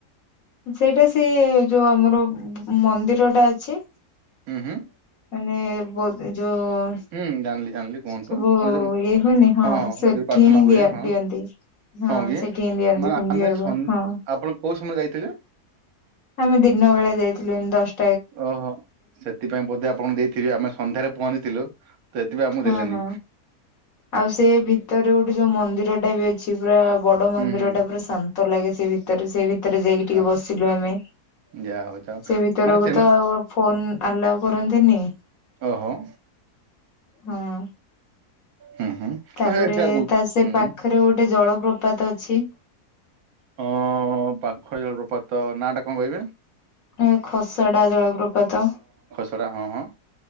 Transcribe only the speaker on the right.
ହୁଁ ହୁଁ
ହୁଁ ଜାଣିଲି ଜାଣିଲି କୁହନ୍ତୁ
ମାନେ
ହଁ
ଯୋଉ ପ୍ରାର୍ଥନା
ହୁଏ
ହଁ
ହଁ କି
ମାନେ
ଆମେ ସ
ଆପଣ କୋଉ ସମୟରେ ଯାଇଥିଲେ
ଓହୋ ସେଥିପାଇଁ ବୋଧେ ଆପଣଙ୍କୁ ଦେଇଥିବେ ଆମେ ସନ୍ଧ୍ୟାରେ ପହଞ୍ଚିଥିଲୁ ତ ଏଥିପାଇଁ ଆମକୁ
ଦେଲେନି
ହୁଁ ହୁଁ
ହଁ
ଯା ହଉ ଯା ହଉ
ମାନେ ସେମ
ଓହୋ
ହୁଁ ହୁଁ
ହଁ ହେ ସେଇଆ କହୁଛି
ହୁଁ
ହୁଁ
ହଁ ପାଖରେ ଜଳ ପ୍ରପାତ ନା ଟା କଣ କହିବେ
ସେଟା ହଁ ହଁ